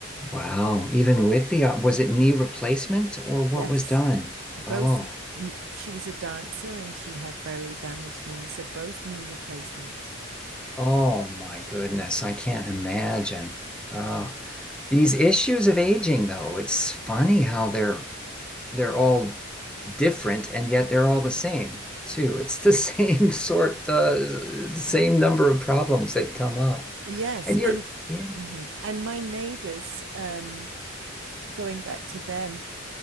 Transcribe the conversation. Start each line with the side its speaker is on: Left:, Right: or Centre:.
Centre: Wow. Even with the, op- was it knee replacement or what
Right: Yes.
Centre: was done?
Right: Both
Centre: Oh,
Right: n- she was a dancer and she had very damaged knees, so both knee replacements.
Centre: oh my goodness. I can't imagine. Oh, these issues of aging, though, it's funny how they're they're all different and yet they're all the same too. It's the <laughs> same sort, uh, same number of problems that come up.
Right: Yes,
Centre: And you're,
Right: and
Centre: yeah,
Right: mhm. And my neighbors, um, going back to them,